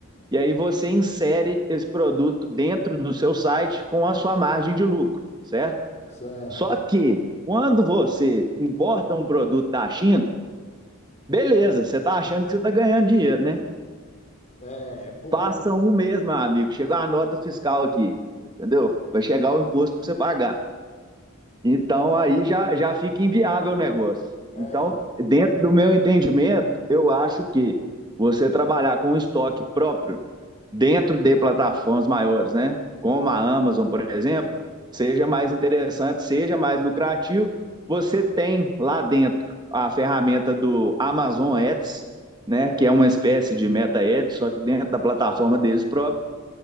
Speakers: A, on the right (about 20°); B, on the left (about 35°).
A: e aí você insere esse produto dentro do seu site com a sua margem de lucro, certo?
B: Certo.
A: Só que quando você importa um produto da China, beleza, você está achando que você está ganhando dinheiro, né?
B: É, é porque.
A: Passa um mês, meu amigo, chega uma nota fiscal aqui, entendeu? Vai chegar o imposto para você pagar. Então aí já, já fica inviável o negócio.
B: É,
A: Então, dentro do meu entendimento, eu acho que você trabalhar com estoque próprio dentro de plataformas maiores, né? Como a Amazon, por exemplo, seja mais interessante, seja mais lucrativo. Você tem lá dentro a ferramenta do Amazon Ads, né? Que é uma espécie de Meta Ads, só que dentro da plataforma deles próprios,